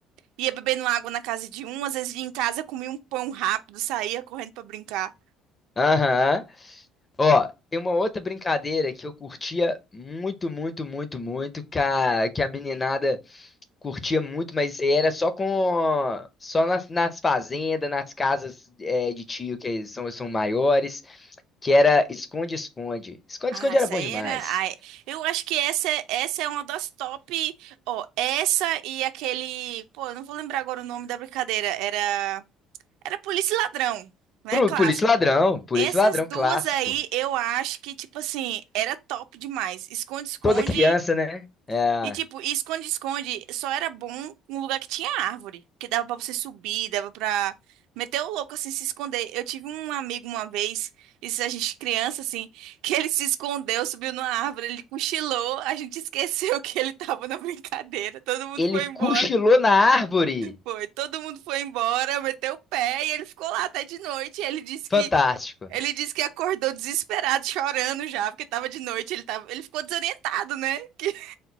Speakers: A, on the right; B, on the left.
A: ia bebendo água na casa de um, às vezes ia em casa, comia um pão rápido, saía correndo pra brincar.
B: aham. Ó, tem uma outra brincadeira que eu curtia muito, muito, muito, muito, que a, que a meninada curtia muito, mas era só com só nas, nas fazendas, nas casas é, de tio que são, são maiores, que era esconde-esconde. Esconde-esconde
A: Ah,
B: era
A: essa
B: bom
A: aí
B: demais.
A: era. ai, eu acho que essa, é- essa é uma das top. Ó, essa e aquele. Pô, eu não vou lembrar agora o nome da brincadeira. Era. Era polícia e ladrão, né?
B: Pro
A: Clássico.
B: polícia e ladrão, polícia
A: Essas
B: e ladrão
A: duas
B: clássico.
A: aí, eu acho que, tipo assim, era top demais. Esconde-esconde.
B: Toda criança, né? É,
A: E, tipo, e esconde-esconde só era bom um lugar que tinha árvore, que dava pra você subir, dava pra meter o louco, assim, se esconder. Eu tive um amigo uma vez, isso a gente criança, assim, <laughs> que ele se escondeu, subiu numa árvore, ele cochilou, a gente esqueceu <laughs> que ele tava na brincadeira, todo mundo
B: ele
A: foi embora.
B: cochilou na árvore.
A: Foi, todo mundo foi embora, meteu o pé e ele ficou lá até de noite. Ele disse
B: Fantástico.
A: que ele disse que acordou desesperado, chorando já, porque tava de noite, ele tava, ele ficou desorientado, né? <laughs> Que-